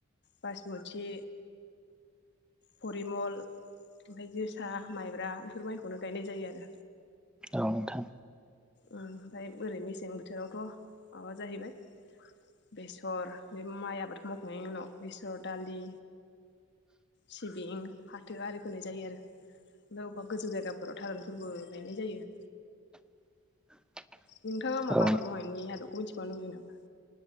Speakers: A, on the left; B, in the centre.
A: बायेसमुथि फरिमल ओमफ्राय जोसा माइब्रा इफोर माइखौनो गायनाय जायो आरो।
B: औ नोंथां
A: ओ ओमफाय बोरै मे सें बोथोरावथ' माबा जाहैबाय बेसर बे माइ आबादखौ मावखांनायनि उनाव बेसर दालि सिबिं फाथो आरि फोनाय जायो आरो। ओमफाय अबेबा गोजौ जायगाफोराव थारुनफोरबो गायनाय जायो।
B: <unintelligible>
A: नोंथाङा माबा
B: औ
A: आबाद मावनायनि आदबखौ मिथिबावनो लुबैदों नामा।